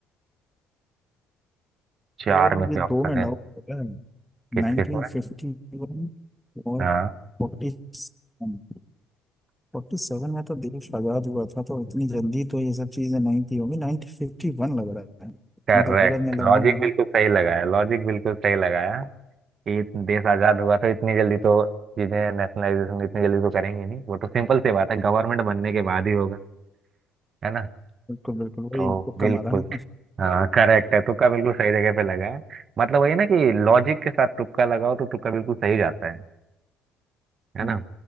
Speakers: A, on the right; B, in the centre.
A: चार
B: यार मुझे
A: में से ऑप्शन
B: दो में
A: है
B: डाउट पता है
A: किस
B: 1951
A: किस में
B: और
A: हाँ
B: 47 47 में तो देश आजाद हुआ था तो इतनी जल्दी तो ये सब चीजें नहीं थी होंगी 1951 लग रहा है
A: करेक्ट
B: मतलब अगर मैं लगाऊंगा
A: लॉजिक
B: ना
A: बिल्कुल सही लगाया लॉजिक बिल्कुल सही लगाया कि देश आजाद हुआ तो इतनी जल्दी तो चीजें नेशनलाइजेशन इतनी जल्दी तो करेंगे नहीं वो तो सिंपल सी बात है गवर्नमेंट बनने के बाद ही होगा है ना
B: बिल्कुल बिल्कुल वही
A: तो
B: तुक्का
A: बिल्कुल
B: मारा ना
A: हाँ करेक्ट है तुक्का बिल्कुल सही जगह पे लगा है मतलब वही है ना कि लॉजिक के साथ तुक्का लगाओ तो तुक्का बिल्कुल सही जाता है है
B: हम्म,
A: ना